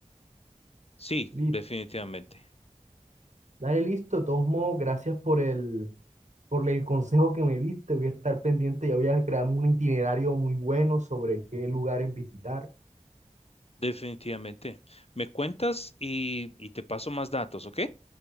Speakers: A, on the left; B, on the right.
A: Sí,
B: Li-
A: definitivamente.
B: Dale, listo, de todos modos, gracias por el Por el consejo que me diste, voy a estar pendiente, ya voy a crear un itinerario muy bueno sobre qué lugares visitar.
A: Definitivamente. Me cuentas y, y te paso más datos, ¿ok?